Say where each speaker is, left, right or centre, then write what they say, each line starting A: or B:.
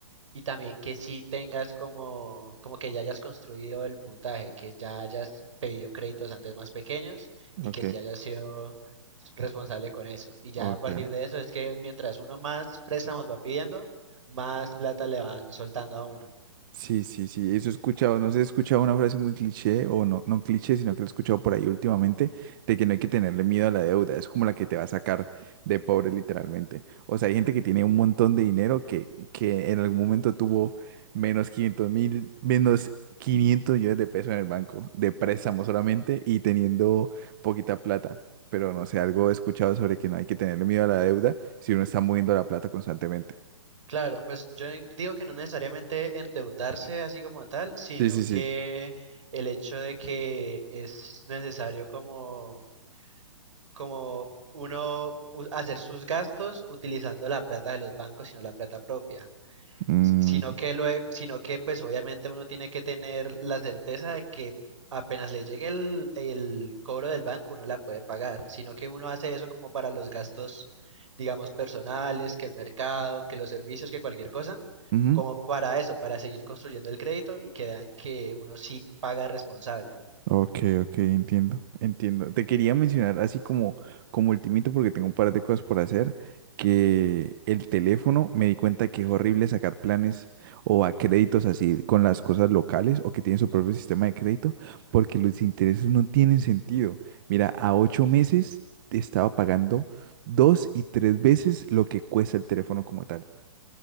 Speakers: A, on the right (about 75°); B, on the right (about 40°).
A: y también que sí tengas como, como que ya hayas construido el puntaje, que ya hayas pedido créditos antes más pequeños y
B: Ok,
A: que sí hayas sido responsable con eso. Y ya
B: ok.
A: a partir de eso es que mientras uno más préstamos va pidiendo, más plata le van soltando a uno.
B: Sí, sí, sí, eso he escuchado, no sé, he escuchado una frase muy cliché, o no, no cliché, sino que lo he escuchado por ahí últimamente, de que no hay que tenerle miedo a la deuda, es como la que te va a sacar de pobre literalmente. O sea, hay gente que tiene un montón de dinero que, que en algún momento tuvo menos 500 mil, menos 500 millones de pesos en el banco, de préstamo solamente, y teniendo poquita plata. Pero no sé, algo he escuchado sobre que no hay que tenerle miedo a la deuda si uno está moviendo la plata constantemente.
A: Claro, pues yo digo que no necesariamente endeudarse así como tal, sino
B: Sí, sí,
A: que
B: sí.
A: el hecho de que es necesario como como uno u- hacer sus gastos utilizando la plata de los bancos, sino la plata propia.
B: Mm,
A: S- Sino que luego, sino que pues obviamente uno tiene que tener la certeza de que apenas le llegue el, el cobro del banco, uno la puede pagar, sino que uno hace eso como para los gastos, digamos, personales, que el mercado, que los servicios, que cualquier cosa,
B: ujú.
A: como para eso, para seguir construyendo el crédito y que vean que uno sí paga responsable.
B: Ok, ok, entiendo, entiendo. Te quería mencionar así como, como ultimito, porque tengo un par de cosas por hacer, que el teléfono me di cuenta que es horrible sacar planes o a créditos así con las cosas locales o que tienen su propio sistema de crédito, porque los intereses no tienen sentido. Mira, a ocho meses estaba pagando dos y tres veces lo que cuesta el teléfono como tal.